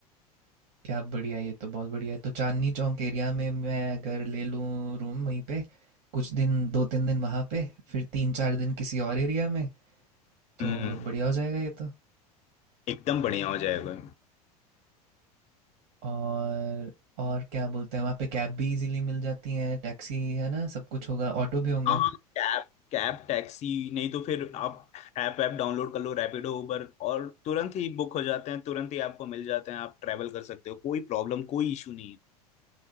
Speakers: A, on the right (about 55°); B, on the left (about 35°).
A: क्या बढ़िया ये तो बहुत बढ़िया है तो चांदनी चौक एरिया में मैं अगर ले लूँ रूम वहीं पे कुछ दिन दो तीन दिन वहाँ पे फिर तीन चार दिन किसी और एरिया में तो
B: हम्म
A: बढ़िया हो जाएगा ये तो
B: एकदम बढ़िया हो जाएगा
A: और और क्या बोलते हैं वहाँ पे कैब भी इजीली मिल जाती है टैक्सी है ना सब कुछ होगा ऑटो भी होंगे
B: हाँ हाँ कैब कैब टैक्सी नहीं तो फिर आप ऐप ऐप डाउनलोड कर लो रैपिडो उबर और तुरंत ही बुक हो जाते हैं तुरंत ही आपको मिल जाते हैं आप ट्रैवल कर सकते हो कोई प्रॉब्लम कोई इशू नहीं है